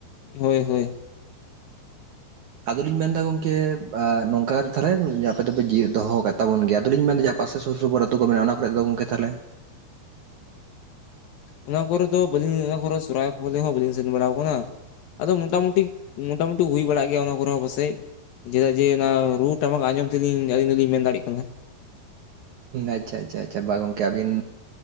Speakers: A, on the left (about 70°); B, on the right (about 80°).
A: ᱦᱳᱭ ᱦᱳᱭ
B: ᱟᱫᱚᱞᱤᱧ ᱢᱮᱱᱮᱫᱟ ᱜᱚᱝᱠᱮ ᱱᱚᱝᱠᱟ ᱠᱟᱛᱮᱫ ᱛᱟᱞᱦᱮ ᱟᱯᱮ ᱫᱚᱯᱮ ᱡᱤᱣᱮᱫ ᱫᱚᱦᱚ ᱟᱠᱟᱫ ᱛᱟᱵᱚᱱ ᱜᱮᱭᱟ ᱟᱫᱚᱞᱤᱧ ᱢᱮᱱᱮᱫᱟ ᱯᱟᱥᱮ ᱥᱩᱨ ᱥᱩᱯᱩᱨ ᱨᱮ ᱟᱛᱳ ᱠᱚ ᱢᱮᱱᱟᱜᱼᱟ ᱚᱱᱟ ᱠᱚᱨᱮ ᱫᱚ ᱜᱚᱝᱠᱮ ᱛᱟᱦᱞᱮ
A: ᱚᱱᱟ ᱠᱚᱨᱮ ᱫᱚ ᱵᱟᱹᱞᱤᱧ ᱞᱟᱹᱭ ᱚᱱᱟ ᱠᱚᱨᱮ ᱥᱚᱨᱦᱟᱭ ᱠᱚᱨᱮ ᱦᱚᱸ ᱵᱟᱹᱞᱤᱧ ᱥᱮᱱ ᱵᱟᱲᱟᱣᱟᱠᱟᱱᱟ ᱟᱫᱚ ᱢᱚᱴᱟᱢᱩᱴᱤ ᱢᱚᱴᱟᱢᱩᱴᱤ ᱦᱩᱭ ᱵᱟᱲᱟᱜ ᱜᱮᱭᱟ ᱚᱱᱟ ᱠᱚᱨᱮ ᱦᱚᱸ ᱯᱟᱥᱮᱡ ᱪᱮᱫᱟᱜ ᱡᱮ ᱚᱱᱟ ᱨᱩ ᱴᱟᱢᱟᱠ ᱟᱸᱡᱚᱢ ᱛᱮᱜᱤᱧ ᱟᱹᱞᱤᱧ ᱫᱚᱞᱤᱧ ᱢᱮᱱ ᱫᱟᱲᱮᱭᱟᱜ ᱠᱟᱱᱟ
B: ᱟᱪᱪᱷᱟ ᱟᱪᱪᱷᱟ ᱟᱪᱪᱷᱟ ᱵᱟᱦ ᱜᱚᱝᱠᱮ ᱟᱹᱵᱤᱱ